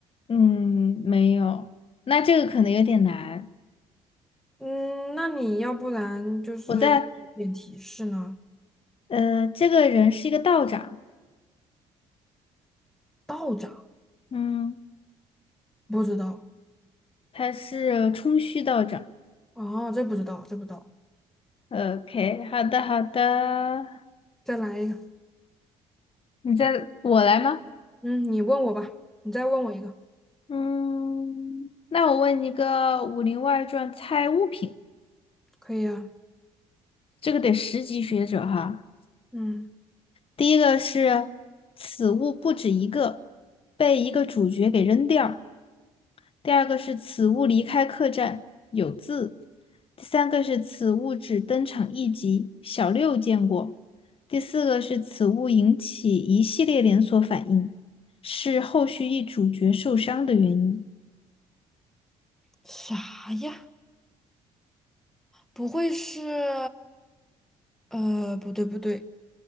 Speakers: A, on the left; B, in the centre.
A: 嗯，没有，那这个可能有点难。
B: 嗯，那你要不然就是给我一点提示呢？
A: 我在呃，这个人是一个道长，
B: 道长，
A: 嗯，
B: 不知道。
A: 他是冲虚道长。
B: 哦，这不知道，这不知道。
A: 呃 OK，好的好的，
B: 再来一个。
A: 你在我来吗？
B: 嗯，你问我吧，你再问我一个，
A: 嗯，那我问你个《武林外传》猜物品，
B: 可以啊。
A: 这个得十级学者哈。
B: 嗯，
A: 第一个是此物不止一个，被一个主角给扔掉；第二个是此物离开客栈，有字；第三个是此物只登场一集，小六见过；第四个是此物引起一系列连锁反应，是后续一主角受伤的原因。
B: 啥呀？不会是……呃，不对，不对。